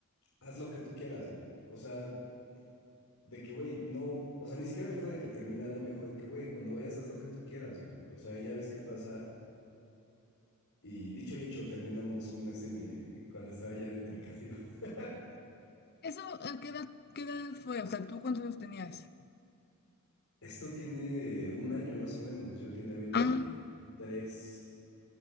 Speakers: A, on the left; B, on the left.
A: haz lo que tú quieras, güey. O sea, de que, güey, no, o sea, ni siquiera me dijo de que termínala, me dijo de que, güey, cuando vayas haz lo que tú quieras, güey. O sea, y ya ves qué pasa. Y dicho y hecho, terminamos un mes en mi, cuando estaba ya de intercambio. <laughs>
B: ¿Eso a qué edad, qué edad fue? O sea, ¿tú cuántos años tenías?
A: Esto tiene un año más o menos, yo tenía veintitrés
B: Ah,